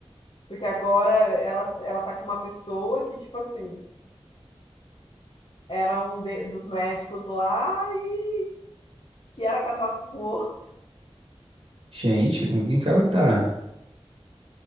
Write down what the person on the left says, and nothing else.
porque agora ela ela tá com uma pessoa que tipo assim, era um de- dos médicos lá e que era casado com <laughs> outro.